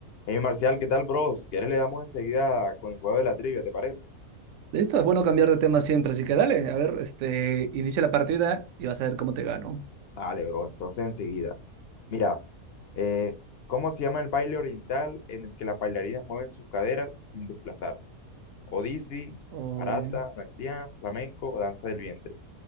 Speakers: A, on the left; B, on the right.
A: Hey Marcial, ¿qué tal, bro? Si quieres le damos enseguida con el juego de la trivia, ¿te parece?
B: Listo, es bueno cambiar de tema siempre, así que dale, a ver, este, inicia la partida y vas a ver cómo te gano.
A: Dale, bro, entonces enseguida. Mira, eh, ¿cómo se llama el baile oriental en el que las bailarinas mueven sus caderas sin desplazarse? Odisi,
B: Uy.
A: barata, naitian, flamenco o danza del vientre.